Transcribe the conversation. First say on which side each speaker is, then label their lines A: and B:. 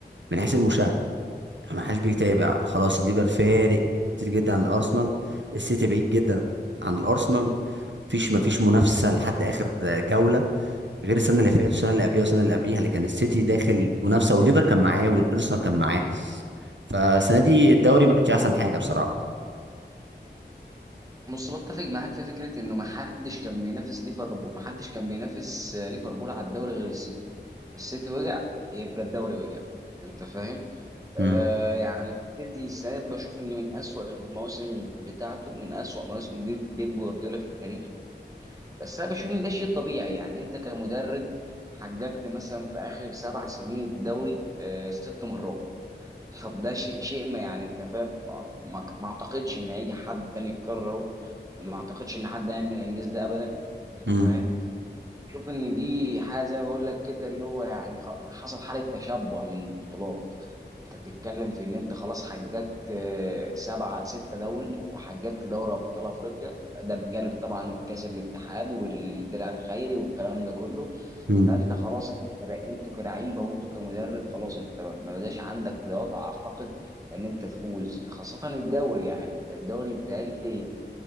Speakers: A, on the right; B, on the right.
A: من حيث المشاهده يعني ما حدش بيتابع خلاص الليفر فارق كتير جدا عن الارسنال السيتي بعيد جدا عن الارسنال مفيش مفيش منافسه لحد اخر جوله غير السنه اللي فاتت والسنه اللي قبليها والسنه اللي قبليها اللي كان السيتي داخل منافسه والليفر كان معاه والارسنال كان معاه فالسنه دي الدوري ما كانش احسن حاجه بصراحه
B: بص بتفق معاك في فكرة إنه محدش كان بينافس ليفربول محدش كان بينافس آه، ليفربول على الدوري غير السيتي السيتي وقع يبقى الدوري وقع انت فاهم آه
A: مم.
B: يعني السيتي السنه دي بشوف انه من اسوأ المواسم بتاعته من اسوأ مواسم بيب بيب جوارديولا في التاريخ بس انا بشوف ان ده شيء طبيعي يعني انت كمدرب حققت مثلا في اخر سبع سنين الدوري آه ست مرات طب ده شيء شيء ما يعني انت فاهم آه، ما ما اعتقدش ان هيجي حد تاني يكرره ما اعتقدش ان حد هيعمل الانجاز ده ابدا انت
A: امم
B: فاهم بشوف ان دي حاجه زي ما بقول لك كده اللي هو يعني خ- حصل حاله تشبع من البطولات انت بتتكلم في ان انت خلاص حققت آه، سبعه سته دوري وحققت دوري ابطال افريقيا ده بجانب طبعا الكاس الاتحاد والدرع الخيري والكلام ده كله
A: امم
B: فانت خلاص انت كلا- انتوا كلعيبه وانتوا كمدرب خلاص انت ما ما بقاش عندك دوافع اعتقد ان انت تفوز خاصه الدوري يعني انت الدوري بتهيألي